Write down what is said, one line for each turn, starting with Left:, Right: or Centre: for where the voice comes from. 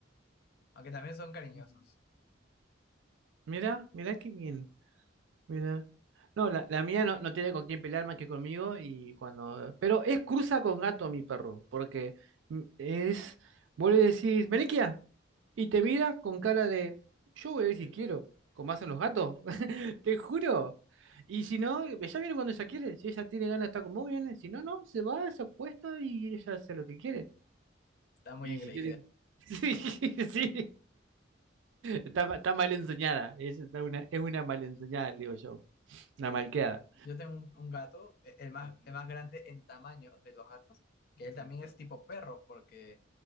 Left: Aunque también son Mm, cariñosos.
Right: Mira, mira qué bien. Mira. No, la, la mía no, no tiene con quién pelear más que conmigo y cuando... Pero es cruza con gato mi perro, porque mm, es... Vos le decís, Meliquia, y te mira con cara de, yo voy a ver si
Left: Sí,
Right: quiero, como hacen los gatos, <laughs> te juro. Y si no, ella viene cuando ella quiere, si ella tiene ganas de estar con vos, viene, si no, no, se va, se acuesta y ella hace lo que quiere.
Left: Está muy
Right: Y
Left: engreída.
Right: si quiere... <laughs> Sí, sí. Está, ma- está mal enseñada, es, está una, es una mal enseñada, digo yo, una malcriada.
Left: Yo tengo un, un gato, e- el más, Ah, el no, más sí, sí, grande en tamaño de los gatos, que él también es tipo perro, porque